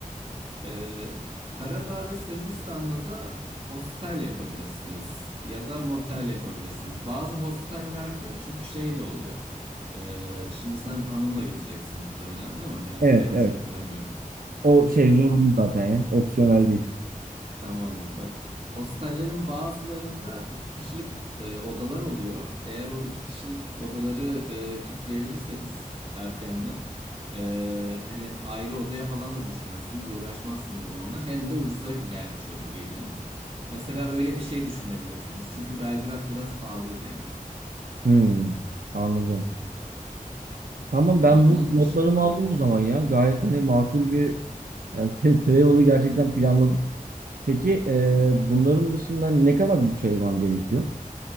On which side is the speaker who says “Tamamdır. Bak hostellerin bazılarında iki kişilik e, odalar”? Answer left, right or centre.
Right